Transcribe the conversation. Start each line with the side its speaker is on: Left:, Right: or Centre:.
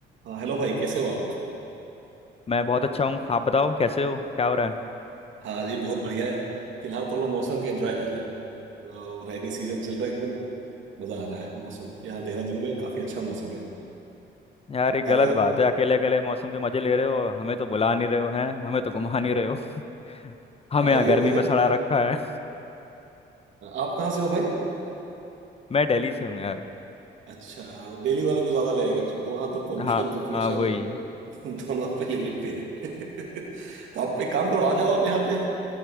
Right: हाँ हेलो भाई कैसे हो आप
Left: मैं बहुत अच्छा हूँ आप बताओ कैसे हो क्या हो रहा है
Right: हाँ जी बहुत बढ़िया है फिलहाल तो हम लोग मौसम के एंजॉय कर रहे हैं तो रेनी सीजन चल रहा है एकदम मजा आ रहा है मौसम यहाँ देहरादून में काफी अच्छा मौसम है
Left: यार ये
Right: आपका
Left: गलत बात है अकेले अकेले मौसम के मजे ले रहे हो हमें तो बुला नहीं रहे हो हैं हमें तो घुमा नहीं रहे हो <laughs>
Right: <laughs>
Left: हमें
Right: हाँ
Left: यहाँ
Right: ये
Left: गर्मी
Right: तो है
Left: में सड़ा रखा है
Right: आप कहाँ से हो भाई
Left: मैं दिल्ली से हूँ यार
Right: अच्छा दिल्ली वालों को ज्यादा लगेगा क्योंकि वहाँ तो पोल्यूशन
Left: हाँ
Right: पॉपुलेशन
Left: हाँ वही
Right: <laughs> दोनों पे लिमिट पे है <laughs> तो आप एक काम करो आ जाओ आप यहाँ पे